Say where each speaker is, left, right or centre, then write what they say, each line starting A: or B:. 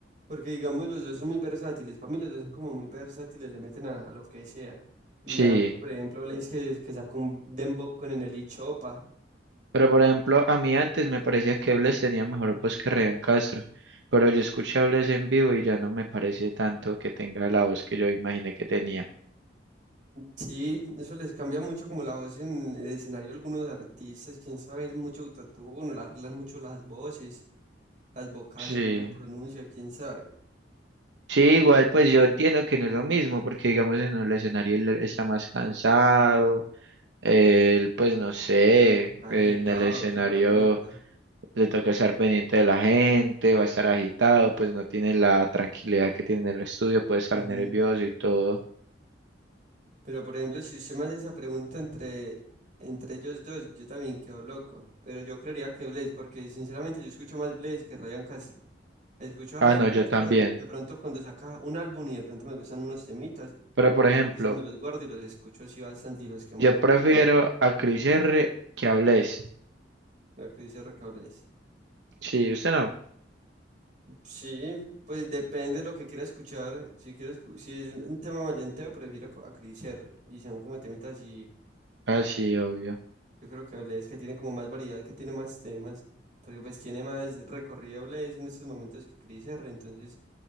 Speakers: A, on the right; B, on the right.
A: Porque digamos, los dos son muy versátiles. Para mí los dos son como muy versátiles, le meten a, a lo que sea. Digamos,
B: sí.
A: por ejemplo, Les que, que sacó un dembow con el Chopa.
B: Pero por ejemplo, a mí antes me parecía que Bless tenía mejor voz que Ryan Castro, pero yo escuché a Bless en vivo y ya no me parece tanto que tenga la voz que yo imaginé que tenía.
A: Sí, eso les cambia mucho como la voz en el escenario a algunos artistas. Quién sabe, mucho autotune, le arreglan mucho las voces, las vocales
B: Sí,
A: cuando pronuncia, quién sabe.
B: Sí, igual pues yo entiendo que no es lo mismo, porque digamos en el escenario él está más cansado, él pues no sé,
A: Agitado,
B: en el escenario
A: toda la vuelta.
B: le toca estar pendiente de la gente, va a estar agitado, pues no tiene la tranquilidad que tiene en el estudio, puede estar
A: Ujú.
B: nervioso y todo.
A: Pero por ejemplo, si usted me hace esa pregunta entre, entre ellos dos, yo también quedo loco. Pero yo creería que Blaze, porque sinceramente yo escucho más Blaze que Ryan Castro. Escucho a Ryan
B: Ah, no,
A: Castro
B: yo también.
A: de, de pronto cuando saca un álbum y de pronto me gustan unos temitas.
B: Pero por
A: Entonces
B: ejemplo...
A: me los guardo y los escucho así bastante y los quemo
B: Yo
A: durísimo.
B: prefiero a Chris R que a Bless.
A: Lo que dice RK Blaze.
B: Sí, usted no.
A: Sí, pues depende de lo que quiera escuchar. Si quieres, si es un tema maleanteo, prefiero a Chris R. Y son como temitas así
B: Ah, sí, obvio.
A: Yo creo que Blaze, que tiene como más variedad, que tiene más temas, porque pues tiene más recorrido Blaze en estos momentos que Chris R, entonces